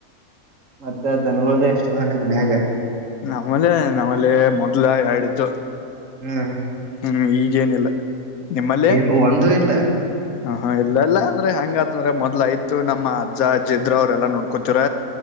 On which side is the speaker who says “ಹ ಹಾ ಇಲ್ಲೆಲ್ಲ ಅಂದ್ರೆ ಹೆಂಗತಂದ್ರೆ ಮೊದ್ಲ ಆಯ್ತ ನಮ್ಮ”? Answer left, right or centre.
Left